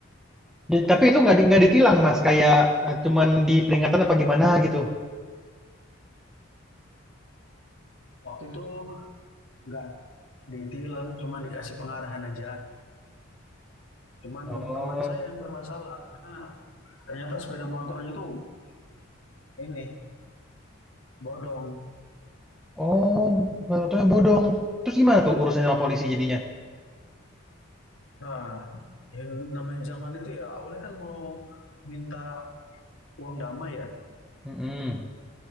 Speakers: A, in the centre; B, on the left.
A: Di tapi itu nggak di nggak ditilang, Mas, kayak, eee, cuman diperingatan apa gimana gitu?
B: waktu itu nggak ditilang cuma dikasih pengarahan aja cuman
A: Oh.
B: teman saya yang bermasalah karena ternyata sepeda motornya tuh ini bodong
A: Oh, motornya bodong. Terus gimana tuh urusannya sama polisi jadinya?
B: nah yang namanya zaman itu ya awalnya kan mau minta uang damai ya
A: Mhm.